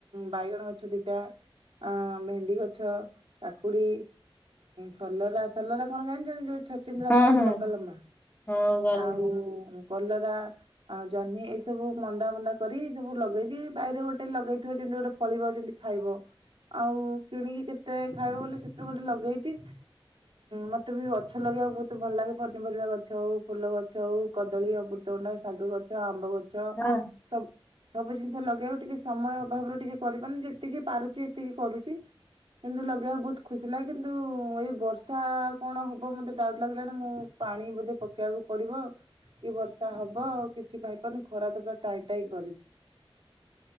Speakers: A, on the right (about 70°); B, on the left (about 20°).
A: ବାଇଗଣ ଗଛ ଦିଇଟା ଆ ଭେଣ୍ଡି ଗଛ କାକୁଡି ସଲରା ସଲରା କଣ ଜାଣିଚନ୍ତି ଯୋଉ ଛଚିନ୍ଦ୍ରା
B: ହଁ
A: କୁହନ୍ତି
B: ହଁ ହଁ
A: ଲମ୍ବା ଲମ୍ବା
B: ହଁ ଜାଣିଲି।
A: ଆଉ କଲରା ଜହ୍ନି ଏ ସବୁ ମନ୍ଦା ମନ୍ଦା କରି ସବୁ ଲଗେଇଛି ବାଇରେ ଗୋଟେ ଲଗେଇଥିବ ଯେମତି ଗୋଟେ ଫଳିବ ଯେମିତି ଖାଇବ ଆଉ କିଣିକି କେତେ ଖାଇବ ବଲେ ସେଥିରେ ଗୋଟେ ଲଗେଇଛି ମତେ ବି ଗଛ ଲଗ ବାକୁ ବହୁତ ଭଲ ଲାଗେ ପନିପରିବା ଗଛ ହଉ ଫୁଲ ଗଛ ହଉ କଦଳୀ ଅମୃତଭଣ୍ଡା ଶାଗ ଗଛ ଆମ୍ବ ଗଛ ଚ
B: ହଁ
A: ସବୁ ସବୁ ଜିନିଷ ଲଗେଇବ ଟିକେ ସମୟ ଅଭାବରୁ ଟିକେ କରିପାରୁନି ଯେତିକି ପାରୁଚି ଏତିକି କରୁଚି। କିନ୍ତୁ ଲଗେଇବାକୁ ବହୁତ ଖୁସିିଲାଗେ କିନ୍ତୁ ଏଇ ବର୍ଷା କଣ ହବ ମତେ ଡାଉଟ ଲାଗିଲାଣି ମୁଁ ପାଣି ବୋଧେ ପକେଇବାକୁ ପଡିବ କି ବର୍ଷା ହବ କିଛି ପାଇପାରୁନି ଖରା ତ ପୁରା ଟାଇଁ ଟାଇଁ କରିଚି